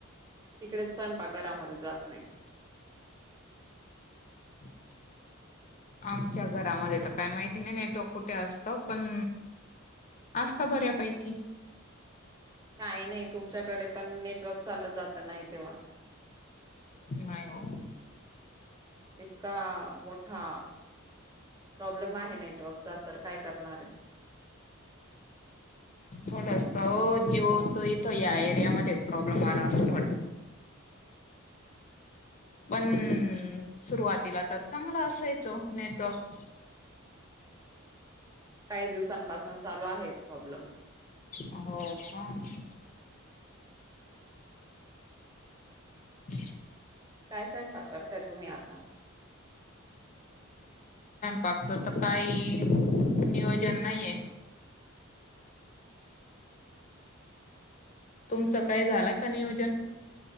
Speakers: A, on the right; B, on the left.
A: तिकडे स्वयंपाकघरामध्ये जात नाही.
B: <inaudible> आमच्या घरामध्ये त काय माहिती नाही नेटवर्क कुठे असत, पण असता बऱ्यापैकी
A: काही नाही तुमच्याकडे पण नेटवर्क चालं जात नाही तेव्हा.
B: नाही ओ.
A: इतका मोठा प्रॉब्लेम आहे नेटवर्कचा तर काय करणारे
B: थोडस जीओच इथं या एरियामध्येध्ये प्रॉब्लेम आला असच वाटत. पण सुरुवातीला तर चांगलं असायचं नेटवर्क
A: काही दिवसांपासून चालू आहे प्रॉब्लेम
B: हो का? <inaudible>
A: काय स्वयंपाक करताय तुम्ही आता?
B: पाक त काही नियोजन नाहीये. तुमचं काय झालं का नियोजन?